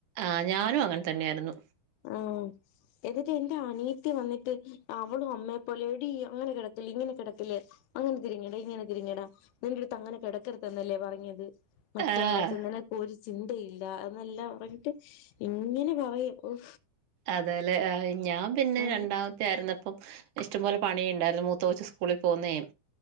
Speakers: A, on the right; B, on the left.
A: ആ ഞാനും അങ്ങനെ തന്നെയായിരുന്നു
B: ആ എന്നിട്ട് എന്റെ അനിയത്തി വന്നിട്ട് അവളും അമ്മയെപ്പോലെ എടിീ അങ്ങനെ കിടക്ക ഇങ്ങനെ കിടക്കല് അങ്ങനെ തിരിങ്ങട ഇങ്ങനെ തിരിഞ്ഞടാ നിന്റെറ അടുത്ത് അങ്ങനെ കിടക്കരുത്തത്ന്നല്ലേ പറഞ്ഞത് മറ്റേ
A: ആഹ്
B: വസന്നെ കോരി ചിന്തയില്ല എന്നെല്ലാം പറഞ്ഞിട്ട് ഇങ്ങനെ പറയും
A: അതല്ലെ ഞാൻ പിന്നെ
B: ആഹ്
A: രണ്ടാമത്തെ ആായിുന്ന അപ്പം ഇഷ്ടംപോലെ പണിയ ഉണ്ടായിരുന്നു മൂത്ത കൊച്ച് സ്കൂളിൽ പോകുന്നേും